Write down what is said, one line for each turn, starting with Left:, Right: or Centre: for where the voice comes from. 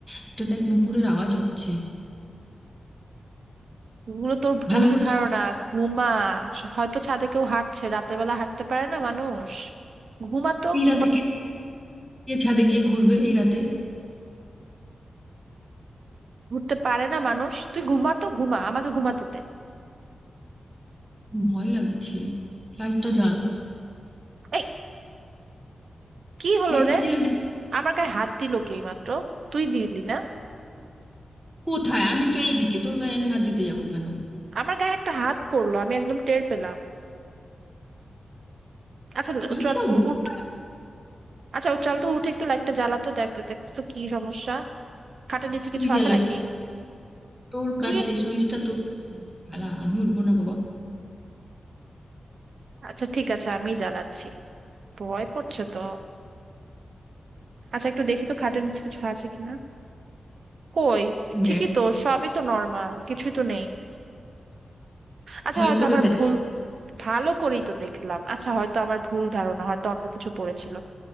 Centre: একটা দেখ নুপুরের আওয়াজ হচ্ছে
Right: এগুলো তোর ভুল
Centre: ভালো করে
Right: ধারণা
Centre: শু-
Right: ঘুমা হয়তো ছাদে কেউ হাঁটছে রাতের বেলা হাঁটতে পারে না মানুষ ঘুমাতো
Centre: এই
Right: ঘুমা
Centre: রাতে কে কে ছাদে গিয়ে ঘুরবে এই রাতে
Right: ঘুরতে পারে না মানুষ তুই ঘুমাতো ঘুমা আমাকে ঘুমাতে দে
Centre: ভয় লাগছে লাইটটা জ্বাল
Right: এই কি হলো
Centre: লাইটটা
Right: রে
Centre: জ্বেলে দেখ
Right: আমার গায়ে হাত দিল কে এই মাত্র তুই দিলি না
Centre: কোথায় আমি তো এইদিকে তোর গায়ে আমি হাত দিতে যাবো কেন
Right: আমার গায়ে একটা হাত পড়লো আমি একদম টের পেলাম আচ্ছা
Centre: কি
Right: চল
Centre: সব
Right: উ-
Centre: বোকা,
Right: উঠ আচ্ছা ও চল তো উঠে একটু লাইটটা জ্বালাতো দেখ দেখ তো কি সমস্যা খাটের নিচে
Centre: তুই
Right: কিছু
Centre: জ্বালা
Right: আছে নাকি
Centre: তোর
Right: তুই
Centre: কাছে
Right: এক-
Centre: সুইচটা তোর কাছে জ্বালা আমি উঠবো না বাবা
Right: আচ্ছা ঠিক আছে আমি জ্বালাচ্ছি ভয় করছে তো আচ্ছা একটু দেখি তো খাটের নিচে কিছু আছে কিনা কই ঠিকই
Centre: দেখ
Right: তো সবই তো নর্মাল কিছুই তো নেই আচ্ছা
Centre: ভালো
Right: হয়তো
Centre: করে
Right: আমার
Centre: দেখ
Right: ভুল ভালো করেই তো দেখলাম আচ্ছা হয়তো আমার ভুল ধারণা হয়তো অন্য কিছু পড়েছিল